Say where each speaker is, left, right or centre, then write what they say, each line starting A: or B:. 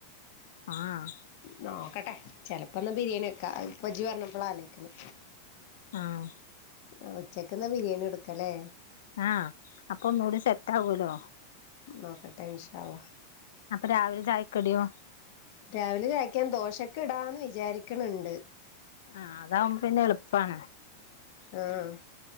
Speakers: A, on the left; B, on the left.
A: ആഹ്
B: നോക്കട്ടെ ചെലപ്പോ ഇന്ന് ബിരിയേണി വക്കാ അത് ഇജ്ജ് പറഞ്ഞപ്പോളാ ആലോയ്ക്ക്‌ ണ്
A: ആഹ്
B: ആ ഉച്ചക്ക്ന്ന ബിരിയാണി കൊടുക്കലേ
A: ആ അപ്പൊ ഒന്നൂടെ സെറ്റ് ആകോലോ
B: നോക്കട്ടെ ഇൻഷാ അള്ളാ
A: അപ്പൊ രാവിലെ ചായക്കടിയോ
B: രാവിലെ കാഴിക്കാൻ ദോശക്ക്‌ ഇടാന്ന് വിചാരിക്ക്‌ണ് ണ്ട്.
A: ആഹ് അതാവുമ്പോ പിന്നെ എളുപ്പാണ്.
B: ആഹ്,